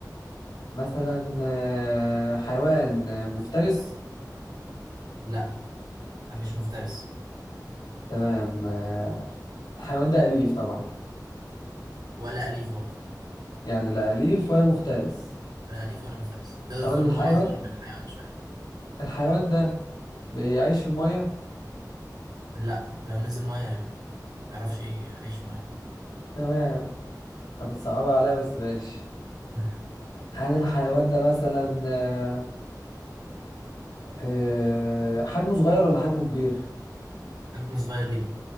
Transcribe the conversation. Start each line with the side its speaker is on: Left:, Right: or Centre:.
Left: مثلا آه، حيوان آه، مفترس
Right: لا مش مفترس
Left: تمام آه، الحيوان ده اليف طبعا
Right: ولا أليف برضه
Left: يعني لا اليف ولا مفترس
Right: ولا أليف ولا مفترس تقدر
Left: طب
Right: تقول
Left: الحيوان
Right: إن هو أصغر من الحيوان بشوية
Left: الحيوان ده بيعيش في الميه
Right: لا لو نزل مية هيغرق ما بيعرفش يعيش في مية
Left: تمام طب بتصعبها عليا بس ماشي
Right: <laughs>
Left: هل الحيوان ده مثلا آه، أه حجمه صغير ولا حجمه كبير
Right: حجمه صغير جدا